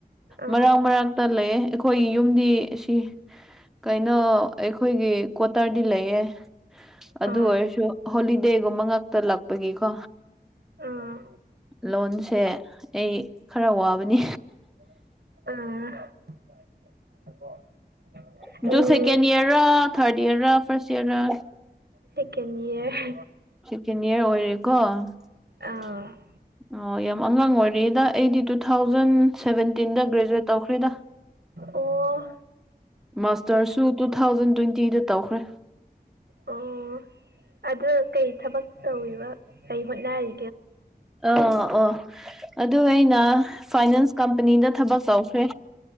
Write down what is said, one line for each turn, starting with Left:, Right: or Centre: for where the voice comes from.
Right: ꯑꯥ
Centre: ꯃꯔꯥꯡ ꯃꯔꯥꯡꯇ ꯂꯩꯌꯦ ꯈꯣꯏꯒꯤ ꯌꯨꯝꯗꯤ ꯁꯤ ꯀꯩꯅꯣ ꯑꯩꯈꯣꯏꯒꯤ ꯀ꯭ꯋꯥꯇꯔꯗꯤ ꯂꯩꯌꯦ ꯑꯗꯨ
Right: ꯑꯥ
Centre: ꯑꯣꯏꯔꯁꯨ ꯍꯣꯂꯤꯗꯦꯒꯨꯝꯕ ꯉꯛ ꯇꯥ ꯂꯛꯄꯒꯤꯀꯣ
Right: ꯑꯥ
Centre: ꯂꯣꯟꯁꯦ ꯑꯩ ꯈꯔꯥ ꯋꯥꯕꯅꯤ
Right: ꯑꯥ
Centre: ꯑꯗꯨ
Right: um
Centre: second year third year first year ꯔꯥ
Right: ꯁꯦꯀꯦꯟ ꯏꯌꯥꯔ
Centre: ꯁꯦꯀꯦꯟ ꯏꯌꯥꯔ ꯑꯣꯏꯔꯦꯀꯣ ꯑꯣ
Right: ꯑꯥ
Centre: ꯌꯥꯝ ꯑꯉꯥꯡ ꯑꯣꯏꯔꯤꯗ ꯑꯩꯗꯤ ꯇꯨ ꯊꯥꯎꯖꯟ ꯁꯚꯦꯟ ꯇꯤꯟꯗ ꯒ꯭ꯔꯦꯖꯨꯌꯦꯠ ꯇꯧꯈ꯭ꯔꯦꯗ
Right: ꯑꯣ
Centre: ꯃꯥꯁꯇꯔꯁꯨ ꯇꯨ ꯊꯥꯎꯖꯟ ꯇ꯭ꯋꯦꯟꯇꯤꯗ ꯇꯧꯈ꯭ꯔꯦ
Right: ꯑꯣ ꯑꯗꯨ ꯀꯩ ꯊꯕꯛ ꯇꯧꯔꯤꯕ ꯀꯩ ꯍꯣꯠꯅꯔꯤ
Centre: ꯑꯥ ꯑꯣ ꯑꯗꯨ ꯑꯩꯅ ꯐꯥꯏꯅꯥꯟꯁ ꯀꯝꯄꯅꯤꯗ ꯊꯕꯛ ꯇꯧꯈ꯭ꯔꯦ